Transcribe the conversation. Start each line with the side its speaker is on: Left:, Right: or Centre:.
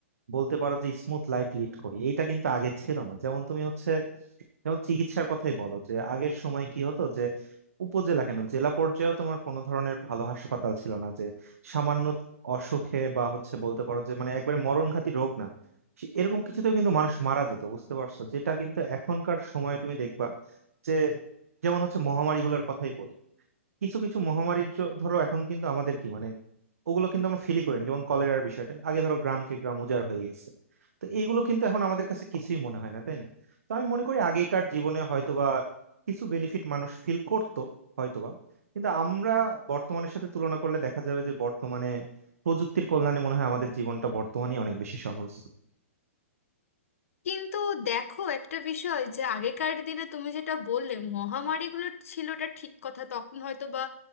Right: বলতে পারো যে স্মুথ লাইফ লিড করি এইটা কিন্তু আগে ছিল না যেমন তুমি হচ্ছে যেমন চিকিৎসার কথাই বলো যে আগের সময় কি হতো যে উপজেলা কেন জেলা পর্যায়েও তোমার কোনো ধরনের ভালো হাসপাতাল ছিল না যে সামান্য অসুখে বা হচ্ছে বলতে পারো যে মানে একবারে মরণঘাতী রোগ না সে- এরকম কিছুতেও কিন্তু মানুষ মারা যেত বুঝতে পারছো যেটা কিন্তু এখনকার সময়ে তুমি দেখবা যে যেমন হচ্ছে মহামারী গুলার কথাই বলি কিছু কিছু মহামারীর জ- ধরো এখন কিন্তু আমাদের কি মানে ওগুলো কিন্তু আমরা ফিলই করিনি যেমন কলেরার বিষয়টা আগে ধরো গ্রামকে গ্রাম উজাড় হয়ে গেছে তো এইগুলো কিন্তু এখন আমাদের কাছে কিছুই মনে হয় না তাই না তো আমি মনে করি আগেকার জীবনে হয়তোবা কিছু বেনিফিট মানুষ ফিল করতো হয়তোবা কিন্তু আমরা বর্তমানের সাথে তুলনা করলে দেখা যাবে যে বর্তমানে প্রযুক্তির কল্যাণে মনে হয় আমাদের জীবনটা বর্তমানেই অনেক বেশি সহজ
Left: কিন্তু দেখো একটা বিষয় যে আগেকার দিনে তুমি যেটা বললে মহামারীগুলো ছিলটা ঠিক কথা তখন হয়তো বা